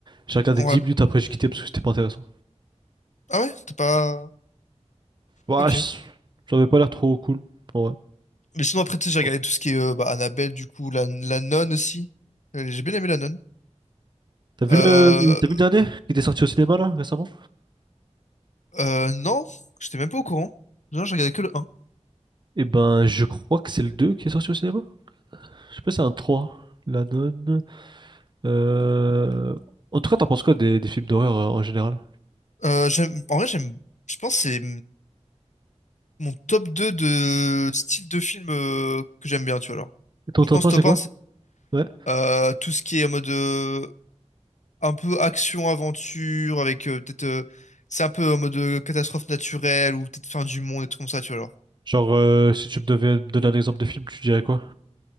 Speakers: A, on the right; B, on the left.
A: J'ai regardé
B: Ouais.
A: 10 minutes après, j'ai quitté parce que c'était pas intéressant.
B: Ah ouais, t'as pas...
A: Bah,
B: Ok.
A: je- j'avais pas l'air trop cool. en vrai.
B: Mais sinon, après, tu sais, j'ai
A: Bon.
B: regardé tout ce qui est euh, bah, Annabelle, du coup, la, la nonne aussi. Euh, J'ai bien aimé la nonne.
A: T'as vu
B: Euh,
A: le... T'as vu le dernier qui était sorti au cinéma là récemment?
B: euh, non, j'étais même pas au courant. Non, j'ai regardé que le un
A: Eh ben, je crois que c'est le 2 qui est sorti au cinéma. Je sais pas si c'est un trois La nonne. Euh... En tout cas, t'en penses quoi des, des films d'horreur euh, en général?
B: Euh, j'aime, en vrai, j'aime, je pense que c'est Mon top 2 de style de film euh, que j'aime bien, tu vois, alors.
A: Et ton
B: Je
A: top
B: pense
A: un
B: top
A: c'est quoi?
B: un c'est
A: Ouais.
B: euh, tout ce qui est en mode euh, un peu action-aventure, avec euh, peut-être... euh, c'est un peu en mode euh, catastrophe naturelle, ou peut-être fin du monde, des trucs comme ça, tu vois, alors.
A: Genre, euh, si tu me devais me donner un exemple de film, tu dirais quoi?